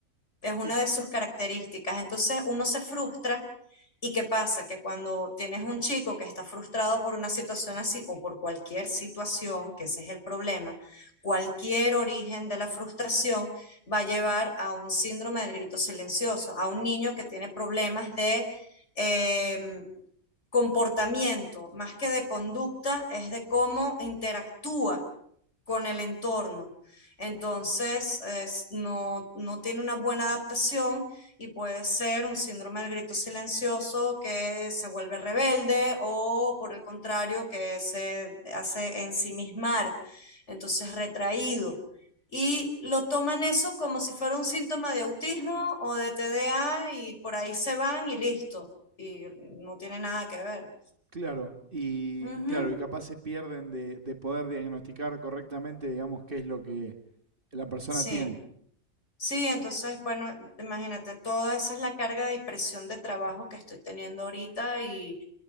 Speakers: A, on the left; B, on the right.
A: es una
B: y
A: de sus características. Entonces uno se frustra ¿Y qué pasa? Que cuando tienes un chico que está frustrado por una situación así o por cualquier situación, que ese es el problema, cualquier origen de la frustración va a llevar a un síndrome del grito silencioso, a un niño que tiene problemas de eh, comportamiento, más que de conducta, es de cómo interactúa con el entorno. Entonces, es- no, no tiene una buena adaptación y puede ser un síndrome del grito silencioso que se vuelve rebelde o, por el contrario, que se hace ensimismar, entonces retraído. Y lo toman eso como si fuera un síntoma de autismo o de TDA y por ahí se van y listo. Y no tiene nada que ver.
B: claro, y
A: Ujú,
B: claro, y capaz se pierden de, de poder diagnosticar correctamente, digamos, qué es lo que la persona
A: Sí.
B: tiene.
A: Sí, entonces, bueno, imagínate, toda esa es la carga y presión de trabajo que estoy teniendo ahorita y,